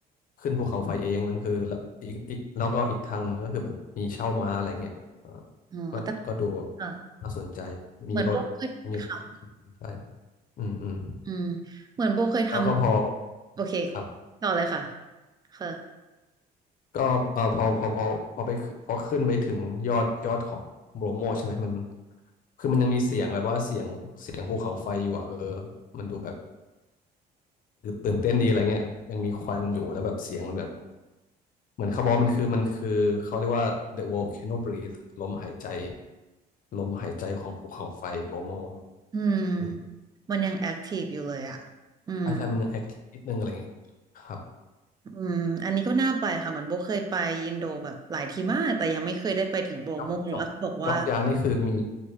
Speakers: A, on the left; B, on the right.
A: ขึ้นภูเขาไฟเองนั่นคือแล้วอีกอีกแล้วก็อีกทางหนึ่งก็คือแบบมีเช่าม้าอะไรเงี้ยเอ่อ
B: อ๋อแต่
A: ก็ก็ดูแบบ
B: ค่ะ
A: น่าสนใจ
B: เหมือนโบเคยค่ะ
A: มีรถมีรถใช่อืมอืม
B: อืมเหมือนโบเคยท
A: แล้วก็พอ
B: ำโอเค
A: ครับ
B: ต่อเลยค่ะค่ะ
A: ก็เอ่อพอพอพอพอไปขึ้นพอขึ้นไปถึงยอดยอดของโบรโมใช่ไหมมันคือมันยังมีเสียงแบบว่าเสียงเสียงภูเขาไฟอยู่อ่ะเออมันดูแบบตื่นเต้นดีอะไรเงี้ยยังมีควันอยู่แล้วแบบเสียงมันแบบ เหมือนเขาบอกว่ามันคือมันคือเขาเรียกว่า the volcano breath ลมหายใจลมหายใจของภูเขาไฟโบรโม
B: อืม
A: อืม
B: มันยังแอคทีฟอยู่เลยอ่ะอืม
A: ใช่ใช่ มันยังแอคทีฟนิดนึงอะไรเงี้ยครับ
B: อืมอันนี้ก็น่าไปค่ะเหมือนโบเคยไปอินโดแบบหลายทีมากแต่ยังไม่เคยได้ไปถึงโบโมเลยแล้วเขบอกว่า
A: ยกยกยกยานี่คือมี